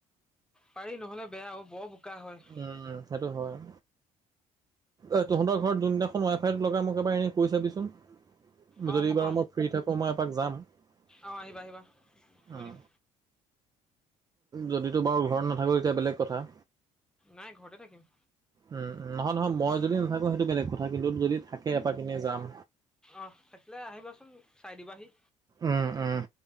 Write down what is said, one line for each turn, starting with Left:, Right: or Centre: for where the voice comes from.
Centre: পাৰি, নহ'লে বেয়া ওই বৰ বোকা হয়',
Right: উম', সেইটো হয়', ওই তহঁতৰ ঘৰত যোনদিনাখন ৱাইফাইতো লগাই, মোক এবাৰ এনেই কৈ চাবিচোন',
Centre: অ'
Right: যদি বাৰু
Centre: ক'ম
Right: মই ফ্ৰী থাকো, মই এপাক যাম। উম',
Centre: অ' আহিবা আহিবা কৈ দিম।
Right: যদি তই বাৰু ঘৰত নাথাকোঁ তেতিয়া বেলেগ কথা।
Centre: নাই ঘৰতে থাকিম',
Right: উম', -উম', নহয়- নহয়, মই যদি নাথাকোঁ সেইটো বেলেগ কথা, কিন্তু যদি থাকে এপাক এনে যাম',
Centre: অহ', থাকিলে আহিবাচোন চাই দিবাহি',
Right: উম', - উম',